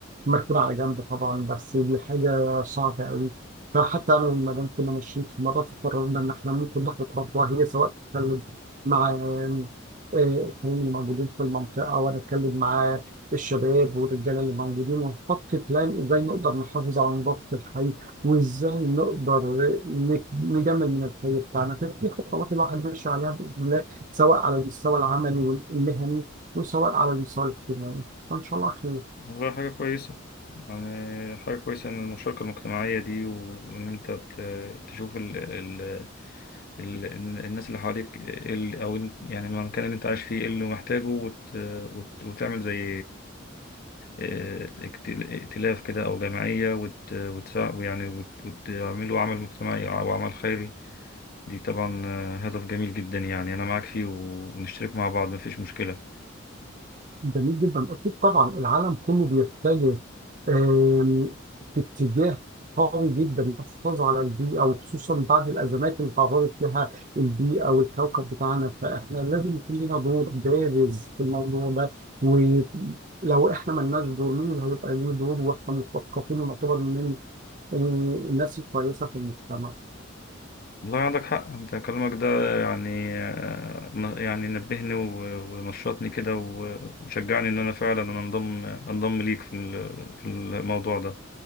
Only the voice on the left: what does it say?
والله حاجة كويسة يعني حاجة كويسة إن المشاركة المجتمعية دي و- وإن أنت بت- تشوف ال ال ال الناس اللي حواليك إيه ال أو إن- يعني المكان اللي أنت عايش فيه إيه اللي محتاجه وت وت وتعمل زي آه، اكت- ائتلاف كده أو جمعية وت وتساع- ويعني وت- وتعملوا عمل مجتمعي أو عمل خيري دي طبعا آه، هدف جميل جدا يعني أنا معاك فيه و- ونشترك مع بعض مفيش مشكلة
والله عندك حق أنت كلامك ده يعني آه، ن- يعني نبهني و- ونشطني كده و- وشجعني إن أنا فعلا أنا أنضم أنضم ليك في ال- في الموضوع ده